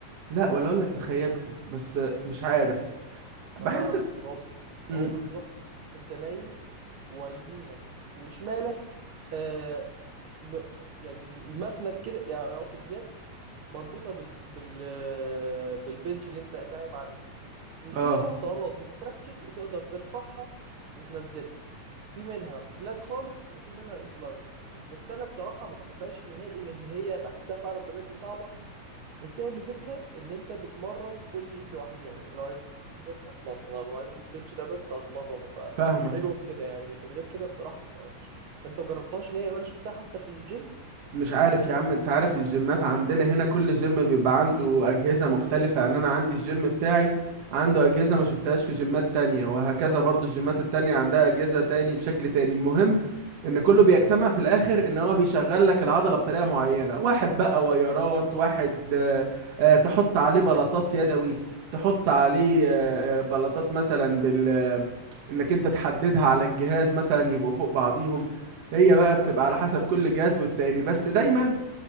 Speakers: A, on the right; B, on the right.
A: لا ولا اقول لك تخيلته بس مش عارف بحس
B: هفهمك هو
A: مم.
B: هو بالظبط انت نايم ويمينك وشمالك آه م يعني مسند كده يعني اقصد يد مربوطه بال بال آه، بالبنش اللي انت نايم عليه وفيها
A: اه
B: طارات بتتركب وتقدر ترفعها وتنزلها في منها فلات خالص وفي منها انكلاين بس انا بصراحه ما بحبهاش نهائي لان هي بحسها فعلا بجد صعبه بس هي ميزتها ان انت بتمرن كل ايد لوحدها يعني انت لو عايز الايد دي بس هتمرن لو عايز البنش ده بس هتمرنه فحلوه
A: فاهمك.
B: في كده يعني لكن غير كده بصراحه بتبقى وحشه انت مجربتهاش نهائي ولا شفتها حتى في الجيم
A: مش عارف يا عم انت عارف الجيمات عندنا هنا كل جيم بيبقى عنده اجهزة مختلفة يعني انا عندي الجيم بتاعي عنده اجهزة ما شفتهاش في جيمات تانية وهكذا برضو الجيمات التانية عندها اجهزة تاني بشكل تاني المهم ان كله بيجتمع في الاخر ان هو بيشغل لك العضلة بطريقة معينة واحد بقى ويرات واحد آه، آه، تحط عليه بلاطات يدوي تحط عليه آه، آه، بلاطات مثلا بال آه، انك انت تحددها على الجهاز مثلا يبقوا فوق بعضيهم هي بقى بتبقى على حسب كل جهاز والتاني بس دايما